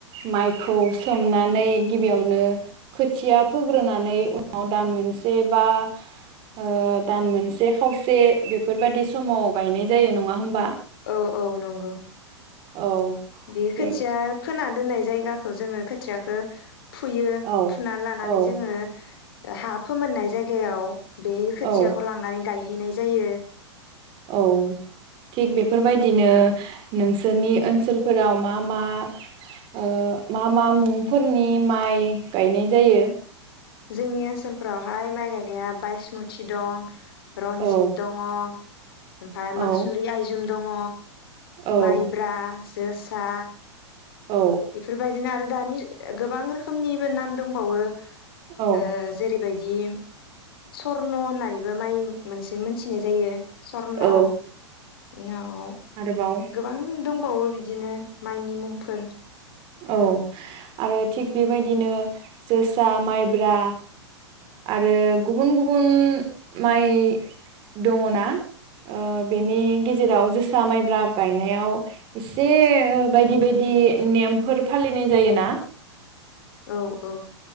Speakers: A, on the right; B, on the left.
A: माइखौ सोमनानै गिबियावनो खोथिया फोग्रोनानै उनाव दान मोनसे बा ओ दान मोनसे खावसे बेफोरबादि समाव गायनाय जायो नङा होमबा
B: औ औ नंगौ।
A: औ
B: बे
A: थिग
B: खोथिया खोना दोननाय जायगाखो जोङो खोथियाखो फुयो
A: औ
B: फुनानै लानानै
A: औ
B: जोङो हा फोमोननाय जायगायाव बे खोथियाखौ
A: औ
B: लांनानै गायहैनाय जायो
A: औ थिग बेफोरबायदिनो नोंसोरनि ओनसोलफोराव मा मा ओ मा मा मुंफोरनि माइ गायनाय जायो?
B: जोंनि ओनसोलफोरावहाय माइ गायनाया बायसमुथि दं रन्जित
A: औ
B: दङ' ओमफ्राय मासुरि
A: औ
B: आइजुं दङ
A: औ
B: माइब्रा जोसा
A: औ
B: बेफोरबायदिनो आरो दानि गोबां रोखोमनिबो नाम दंबावो। ओ
A: औ
B: जेरैबायदि बिदि सर्न' होननानैबो माइ मोनसे मोनथिनाय जायो। सर्न' बिनो
A: औ
B: अ आव
A: आरोबाव
B: गोबां दंबावो बिदिनो माइनि मुंफोर
A: औ आरो थिग बेबायदिनो जोसा माइब्रा आरो गुबुन गुबुन माइ दङ ना? ओ बेनि गेजेराव जोसा माइब्रा गायनायाव एसे बायदि बायदि नेम फोर फालिनाय जायोना
B: औ औ